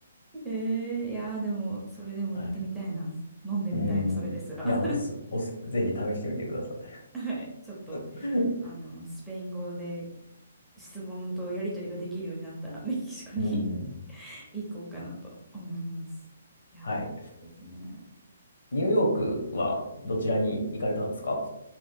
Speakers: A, in the centre; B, on the left (about 70°).
A: えー、いやーでも、それでも行ってみたいな。
B: はい。
A: 飲んでみたいな、
B: うん。
A: それですら。
B: いや、
A: <laughs>
B: おす、おす、ぜひ試してみてください。
A: はい。ちょっと、
B: <laughs>
A: あの、スペイン語で質問とやり取りができるようになったら、メキシコに
B: うん。
A: <laughs> 行こうかなと思います。いやー、
B: はい。
A: いいですね。
B: ニューヨークはどちらに行かれたんですか